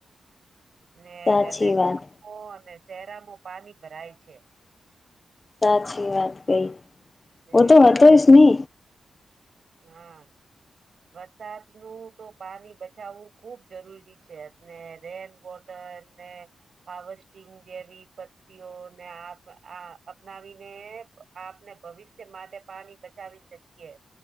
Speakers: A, on the right; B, on the left.
A: ને
B: સાચી
A: અને
B: વાત
A: ગામો અને શેરોમાં પાણી ભરાય છે
B: સાચી વાત કઈ.
A: ને
B: ઓ તો હતો
A: એટલે
B: જ ને?
A: હા. વરસાદ નું તો પાની બચાવવું ખુબ જરૂરી છે અને રેન વોટ દને હાવસ્ટિંગ જેવી પત્તિઓને આપ-આ-અપનાવીને પ આપને ભવિષ્ય માટે પાની બચાવી શકીએ.